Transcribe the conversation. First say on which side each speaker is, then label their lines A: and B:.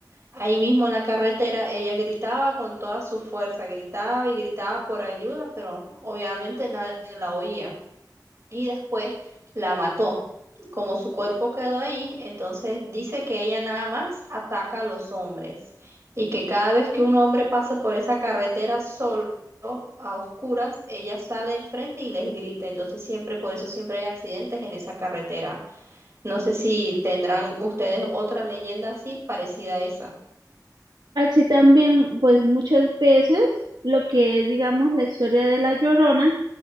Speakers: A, on the right; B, on the right.
A: Ahí mismo en la carretera ella gritaba con toda su fuerza, gritaba y gritaba por ayuda, pero obviamente nadie la oía. Y después la mató. Como su cuerpo quedó ahí, entonces dice que ella nada más ataca a los hombres y que cada vez que un hombre pasa por esa carretera solo, a oscuras, ella sale enfrente y les grita. Entonces siempre, por eso siempre hay accidentes en esa carretera. No sé si tendrán ustedes otra leyenda así parecida a esa.
B: Así también, pues muchas veces lo que es, digamos, la historia de la Llorona,